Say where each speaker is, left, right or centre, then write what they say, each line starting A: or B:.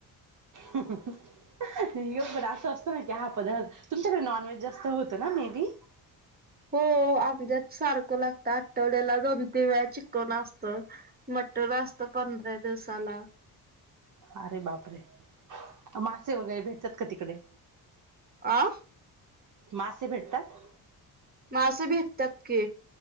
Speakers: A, on the right; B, on the right.
A: नाही हो बरा. हा पदार्थ तुमच्याकडे नॉनव्हेज जास्त होत ना मे बी.
B: हो आपल्यात सारखं लागत आठवड्याला दोनती मॅच असत मटर अ पंधरा दिवसाला,
A: अरे बापरे मासे वगैरे भेटतात का तिकडे?
B: आह.
A: मासे भेटतात.
B: मासें भेटतात की.